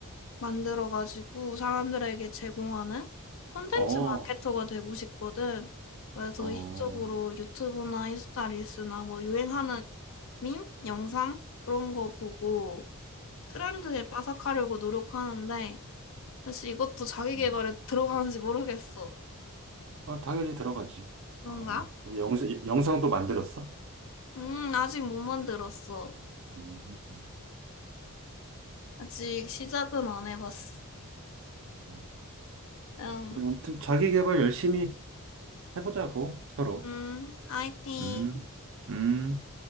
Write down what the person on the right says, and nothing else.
어,
어,
음.
아, 당연히 들어가지.
아, 그럼 영상, 영상도 만들었어?
음, 음,
음.
그럼 아무튼 자기 개발 열심히 해보자고, 서로.
음, 음.